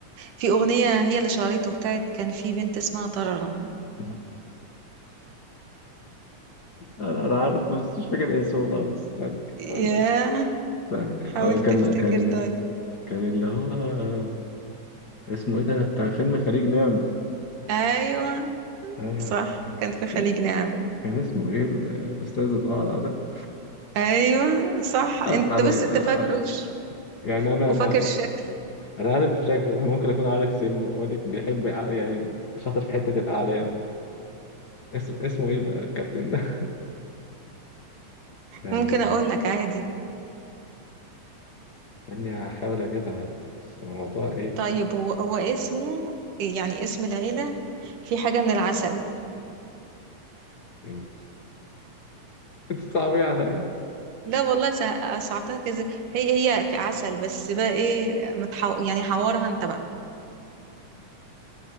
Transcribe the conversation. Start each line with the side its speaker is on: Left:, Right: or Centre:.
Right: في اغنية هي اللي شهرته بتاعت كان في بنت اسمها طررم
Left: لا. أنا أنا عارف بس مش فاكر اسمه خالص استني أقول
Right: ياه
Left: لك استني
Right: حاول
Left: آه كان
Right: تفتكر
Left: كان
Right: طيب
Left: كان اللي هو آه، اسمه إيه ده بتاع فيلم خليج نعمة
Right: ايوه
Left: أيوه
Right: صح كان في خليج
Left: كان
Right: نعمة
Left: كان اسمه إيه الأستاذ الأقرع ده
Right: ايوه صح انت
Left: أنا أنا
Right: بس انت فاكروش
Left: أنا يعني أنا
Right: وفاكر
Left: أنا
Right: شكله
Left: أنا عارف شكله ممكن أكون عارف سنه أقول لك بيحب يع- يعني شاطر في حتة الأعلام اسم اسمه ايه بقى الكابتن ده <laughs> يعني
Right: ممكن اقول لك عادي
Left: اني هحاول اجيبها بس الموضوع ايه
Right: طيب هو هو اسمه يعني اسم العيلة في حاجة من العسل
Left: <laughs> مم. انت صعبيه عليا
Right: لا والله سع- صعبتها كذا هي هي عسل بس بقى ايه متحو... يعني حوارها انت بقى